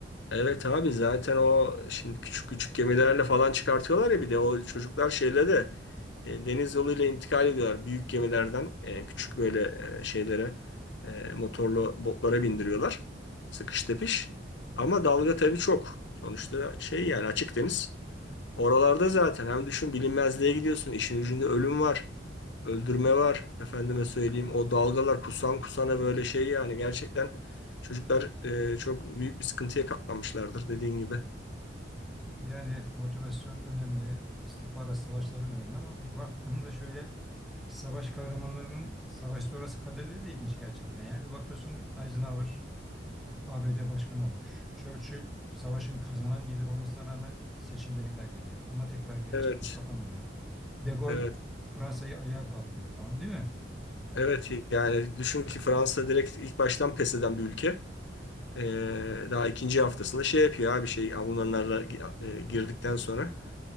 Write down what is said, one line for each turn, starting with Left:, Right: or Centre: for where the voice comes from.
Left: Evet abi zaten o şimdi küçük küçük gemilerle falan çıkartıyorlar ya bir de o çocuklar şeyle de e, deniz yoluyla intikal ediyorlar. Büyük gemilerden e, küçük böyle e, şeylere e, motorlu botlara bindiriyorlar. Sıkış tepiş. Ama dalga tabii çok. Sonuçta şey yani açık deniz. Oralarda zaten hem düşün bilinmezliğe gidiyorsun. işin ucunda ölüm var. Öldürme var. Efendime söyleyeyim o dalgalar kusan kusana böyle şey yani. Gerçekten çocuklar e, çok büyük bir sıkıntıya katlanmışlardır dediğin gibi.
Centre: Yani evet motivasyon önemli, istihbarat savaşları da önemli ama bir baktığında şöyle savaş kahramanlarının savaş sonrası kaderleri de ilginç gerçekten. Yani bir bakıyorsun Eisenhower ABD başkanı olmuş. Churchill savaşın kazanan lider olmasına rağmen seçimleri kaybediyor. Ama tekrar gerçi
Left: Evet.
Centre: başbakan oluyor. De Gaulle
Left: Evet.
Centre: Fransa'yı ayağa kaldırıyor falan değil mi?
Left: Evet yani düşün ki Fransa direkt ilk baştan pes eden bir ülke. E, daha ikinci haftasında şey yapıyor abi şey Almanlarla e, girdikten sonra.